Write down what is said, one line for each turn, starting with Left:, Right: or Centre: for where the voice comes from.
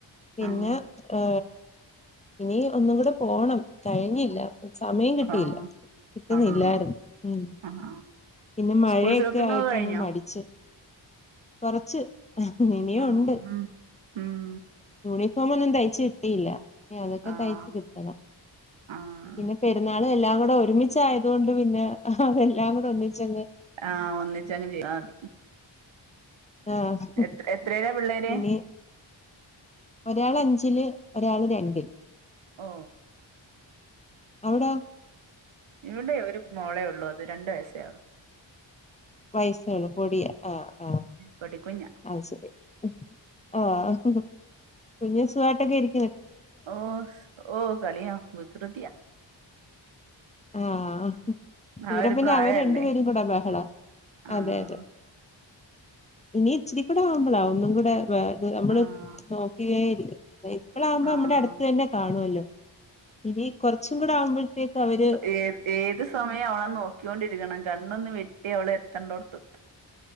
Left: പിന്നെ
Right: ആഹ്
Left: ഏ ഇനി ഒന്നും കൂടെ പോണം കഴിഞ്ഞി ല്ല സമയം കിട്ടിയില്ല
Right: ആഹ്
Left: കിട്ടുന്നില്ലായിരുന്നു
Right: ആഹ്
Left: ഉ
Right: ആഹ്
Left: പിന്നെ മഴയൊക്കെ
Right: സ്കൂൾ ഷോപ്പിംഗ്
Left: ആയിട്ട്
Right: ഒക്കെ കഴിഞ്ഞോ
Left: അങ്ങ് മടിച്ച് കൊറച്ച് ഇനിയും
Right: ആഹ്
Left: ഉണ്ട്
Right: ഉം ഉം
Left: ഇ ഫോമൊന്നും തയ്ച്ച് കിട്ടില്ല ഞതൊക്കെ
Right: ആഹ്
Left: തയ്ച്ച് കിട്ടണം
Right: ആഹ്
Left: പിന്നെ പെര്ന്നാ ഇതെല്ലാം കൂടെ ഒരുമിച്ചായതൊണ്ട് പിന്നെ ഹതെല്ലാം കൂടെ ഒന്നിച്ച്- ച്ചങ്ങ്
Right: ആ ഒന്നിച്ചങ്ങ് ചെയ്യതാ മതി
Left: ആ ഹ്
Right: എത്ര എത്രേലാ പിള്ളേര്
Left: ഇനി ഒരാളഞ്ചില് ഒരാള് രണ്ട്
Right: ഓ
Left: അവ്ടോ
Right: ഇവിടെ ഒരു മോളേ ഉള്ളൂ അത് രണ്ട വയസ്സേള്ളു
Left: വയസ്സേള്ളൂ പൊടിയ ആ ആ ആ
Right: പൊടിക്കുഞ്ഞാ
Left: അഅ് ശെരി ആ ഹ്‌ ഹ് കുഞ്ഞിന്സുഖായിട്ടൊക്കെ ഇര്
Right: ഓ ഓ കളിയാ വികൃതിയാ
Left: ആ ഹ്
Right: ആ
Left: ഇവിടെ
Right: ഒരു
Left: പിന്നെ
Right: പ്രായല്ലേ
Left: അവര് രണ്ടു പേരും കൂടെ ബഹള
Right: ആഹ്
Left: അതെ യതെ ഇനി ഇച്ചിരി കൂടെ ആവുമ്പളാ ഒന്നും കൂടെ വ ത് നമ്മള്
Right: ആഹ്
Left: നോക്കിയേര ഇപ്പളാകുമ്പോ
Right: ആഹ്
Left: നമ്മടെ അടുത്ത് തന്നെ കാണുല്ലോ ഇനി കൊർച്ചും കൂടെ ആവുമ്പഴത്തേക്ക് അവര്
Right: ഏ ഏതു സമയം അവളെ നോക്കിക്കൊണ്ടിരിക്കണം കണ്ണൊന്ന് വെ ട്ടിയ അവള് എത്തേണ്ടോട്ത്തെത്തും